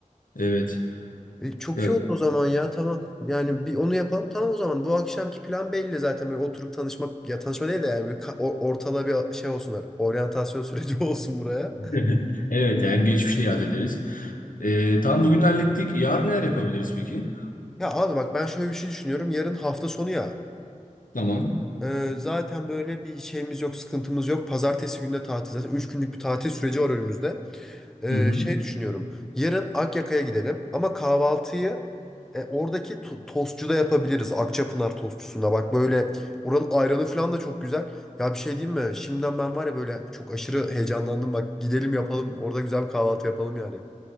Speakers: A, on the left; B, in the centre.
A: Evet.
B: E, çok
A: Ya-
B: iyi olur o zaman ya tamam. Yani bir onu yapalım tamam o zaman. Bu akşamki plan belli zaten böyle oturup tanışmak. Ya tanışma değil de yani bir ka- o- ortala bir şey olsunlar. Oryantasyon süreci <laughs> olsun buraya.
A: <laughs> Evet yani geçmişte yad ederiz. Ee, tamam bugün hallettik. Yarın neler yapabiliriz peki?
B: Ya abi bak ben şöyle bir şey düşünüyorum. Yarın hafta sonu ya.
A: Tamam.
B: Ee, zaten böyle bir şeyimiz yok, sıkıntımız yok. Pazartesi günü de tatil zaten. 3 günlük bir tatil süreci var önümüzde. Ee,
A: Hı hı.
B: şey düşünüyorum. Yarın Akyaka'ya gidelim ama kahvaltıyı e, oradaki to- tostçuda yapabiliriz. Akçapınar tostçusunda bak böyle oranın ayranı falan da çok güzel. Ya bir şey diyeyim mi? Şimdiden ben var ya böyle çok aşırı heyecanlandım. Bak gidelim yapalım. Orada güzel bir kahvaltı yapalım yani.